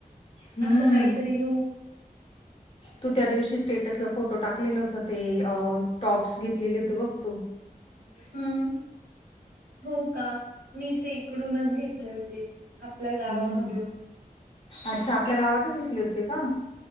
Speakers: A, on the left; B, on the right.
A: हं.
B: असं काहीतरी घेऊ
A: तू त्या दिवशी स्टेटसला फोटो टाकलेलं होता ते टॉप्स घेतलेले तर बघतो
B: हम् हो का मी ते इकडूनच घेतले होते आपल्या गावामधून
A: हं. अच्छा आपल्या गावातच घेतले होते का